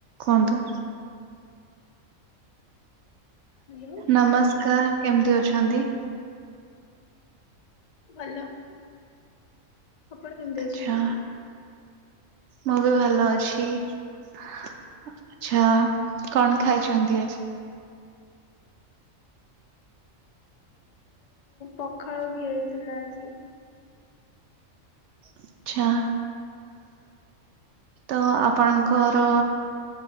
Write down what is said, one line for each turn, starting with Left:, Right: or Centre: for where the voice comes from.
Right: କୁହନ୍ତୁ।
Left: ହ୍ୟାଲୋ
Right: ନମସ୍କାର କେମତି ଅଛନ୍ତି?
Left: ଭଲ। ଆପଣ କେମିତି
Right: ଆଚ୍ଛା
Left: ଅଛନ୍ତି?
Right: ମୁଁ ବି ଭଲ ଅଛି। ଆଚ୍ଛା କଣ ଖାଇଛନ୍ତି ଆଜି?
Left: ପଖାଳ ଖିଆ ହେଇଥିଲା ଆଜି।
Right: ଆଚ୍ଛା ତ ଆପଣଙ୍କର